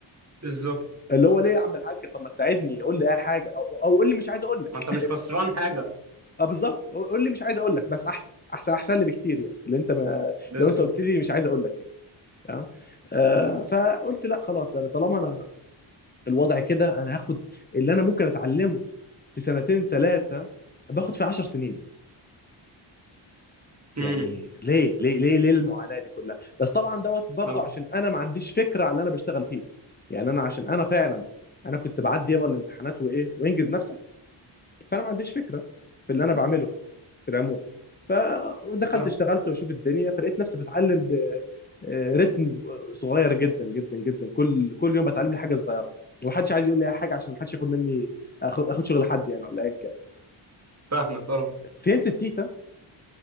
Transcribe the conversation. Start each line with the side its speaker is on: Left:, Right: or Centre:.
Right: بالظبط
Left: اللي هو ليه يا عم الحاج طب ما تساعدني قول لي اي حاجه او او قول لي مش عايز اقول لك
Right: ما انت مش خسران حاجه
Left: اه بالظبط قول قول لي مش عايز اقول لك بس احسن احسن احسن لي بكتير يعني اللي انت ما
Right: بالظبط
Left: لو انت قلت لي مش عايز اقول لك يعني تمام آه فقلت لا خلاص انا طالما انا الوضع كده انا هاخد اللي انا ممكن اتعلمه في سنتين ثلاثه باخد في عشر سنين
Right: امم
Left: يعني ليه ليه ليه ليه المعاناه دي كلها بس طبعا دوت برضو
Right: اه
Left: عشان انا ما عنديش فكره على اللي انا بشتغل فيه يعني انا عشان انا فعلا انا كنت بعدي يابا الامتحانات وايه وانجز نفسك فانا ما عنديش فكره في اللي انا بعمله في العموم فدخلت
Right: اه
Left: اشتغلت واشوف الدنيا فلقيت نفسي بتعلم برتم صغير جدا جدا جدا كل كل يوم بتعلم لي حاجه صغيره ومحدش عايز يقول لي اي حاجه عشان محدش ياخد مني اخد اخد شغل حد يعني ولا ايا كان
Right: فاهمك اه
Left: فهمت التيتا